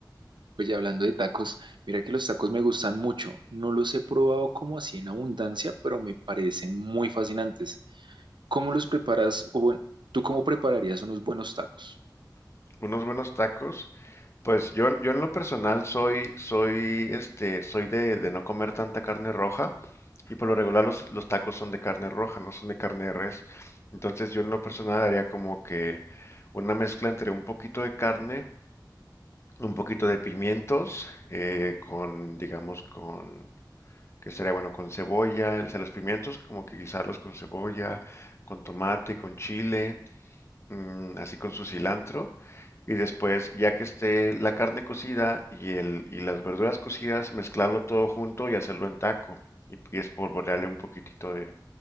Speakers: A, on the right (about 75°); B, on the left (about 35°).
A: Oye, hablando de tacos, mira que los tacos me gustan mucho. No los he probado como así en abundancia, pero me parecen muy fascinantes. ¿Cómo los preparas? O bueno, ¿tú cómo prepararías unos buenos tacos?
B: <laughs> Unos buenos tacos, pues yo, yo en lo personal soy, soy, este, soy de, de no comer tanta carne roja y por lo regular los, los tacos son de carne roja, no son de carne de res. Entonces yo en lo personal haría como que una mezcla entre un poquito de carne, un poquito de pimientos eh, con, digamos, con, que sería bueno, con cebolla, o sea, los pimientos como que guisarlos con cebolla, con tomate, con chile, mm, así con su cilantro. Y después, ya que esté la carne cocida y, el, y las verduras cocidas, mezclarlo todo junto y hacerlo en taco. Y, y espolvorearle un poquitito de,